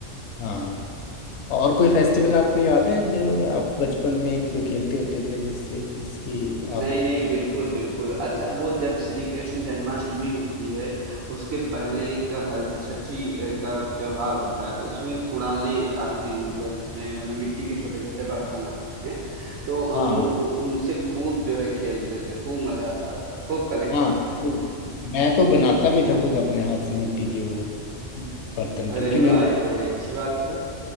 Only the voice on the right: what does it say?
नहीं नहीं बिल्कुल बिल्कुल अच्छा वो जब श्री कृष्ण जन्माष्टमी होती है उसके पहले एक हल छठी अ, का त्योहार होता है तो उसमें कुड़ाले आते हैं मतलब जिसमें मतलब मिट्टी के छोटे छोटे बर्तन आते हैं तो हम
लोग उ- उनसे खूब जो है खेलते थे खूब मजा आता था खूब कलेक्ट
करते थे
अरे वाह
ये तो बड़ी अच्छी बात है